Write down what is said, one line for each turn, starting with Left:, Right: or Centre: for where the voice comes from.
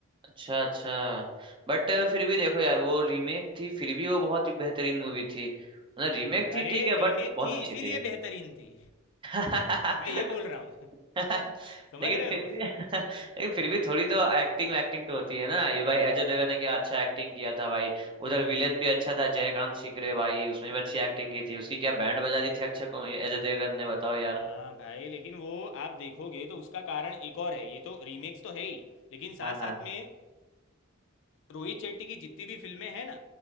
Right: अच्छा अच्छा बट फिर भी देखो यार वो रीमेक थी फिर भी वो बहुत ही बेहतरीन मूवी थी मतलब रीमेक थी
Left: अरे
Right: ठीक है
Left: रीमेक
Right: बट बहुत
Left: थी
Right: अच्छी
Left: इसीलिए
Right: थी
Left: बेहतरीन थी
Right: <laughs>
Left: मैं ये बोल रहा हूँ
Right: <laughs>
Left: <laughs> समझ
Right: लेकिन
Left: रहे
Right: फिर
Left: हो
Right: भी <laughs> लेकिन फिर भी थोड़ी तो एक्टिंग एक्टिंग तो होती है ना ये भाई अजय देवगन ने क्या अच्छा एक्टिंग किया था भाई उधर विलेन भी अच्छा था जयकांत सिकरे भाई उसने भी अच्छी एक्टिंग की थी उसकी क्या बैंड बजा दी थी अक्षय कुमार ये अजय देवगन ने बताओ यार
Left: हाँ भाई लेकिन वो आप देखोगे तो उसका कारण एक और है ये तो रीमेक्स तो है ही लेकिन साथ
Right: हाँ हाँ
Left: साथ में रोहित शेट्टी की जितनी भी फिल्में हैं ना